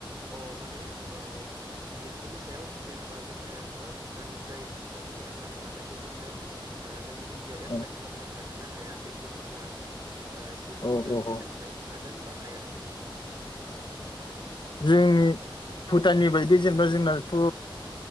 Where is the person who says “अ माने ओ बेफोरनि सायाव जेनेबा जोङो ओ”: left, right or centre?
Right